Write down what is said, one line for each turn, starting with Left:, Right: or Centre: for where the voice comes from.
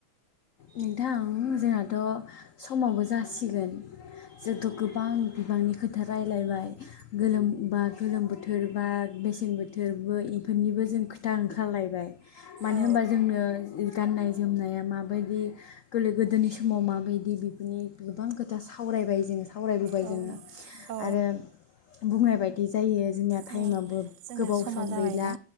Left: नोंथां जोंहाथ' समावबो जासिगोन जोंथ' गोबां बिबांनि खोथा रायलायबाय गोलोम बा गोलोम बोथोर बा बेसेन बोथोरबो इफोरनिबो जों खोथा ओंखारलायबाय मानो
Right: औ
Left: होमबा जोंनो गाननाय ज जोमनाया मा बायदि गोल्लो गोदोनि समाव माबायदि बेफोरनि गोबां खोथा सावरायबाय जोङो सावरायबोबाय
Right: औ
Left: जोङो
Right: औ
Left: आरो बुंनाय बायदि जायो जोंनिया
Right: औ
Left: थाइमाबो
Right: जोंना
Left: गोबाव
Right: समा
Left: सम
Right: जाबायना
Left: गैला